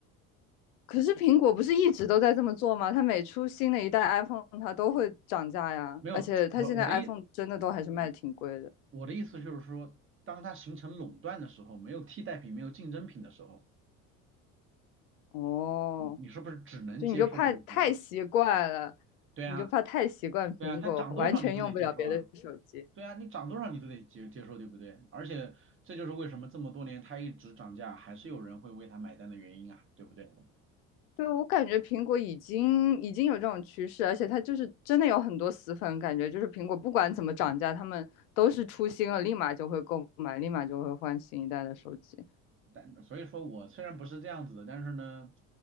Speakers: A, on the left; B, on the right.
A: 可是苹果不是一直都在这么做吗？它每出新的一代 iPhone，它都会涨价呀。
B: 没有，
A: 而且它现在
B: 我我的意
A: iPhone 真的都还是卖挺贵的。
B: 我的意思就是说，当它形成垄断的时候，没有替代品，没有竞争品的时候，
A: 哦，
B: 你你是不是只能接受这个结果？
A: 就你就怕太习惯了，
B: 对啊，
A: 你就怕太习惯苹果，
B: 对啊，它涨多少你都得接受啊，
A: 完全用不了别的手机。
B: 对啊，你涨多少你都得接接受，对不对？而且这就是为什么这么多年它一直涨价，还是有人会为它买单的原因啊，对不对？
A: 对，我感觉苹果已经已经有这种趋势，而且它就是真的有很多死粉，感觉就是苹果不管怎么涨价，他们都是出新了，立马就会购买，立马就会换新一代的手机。
B: 但所以说我虽然不是这样子的，但是呢，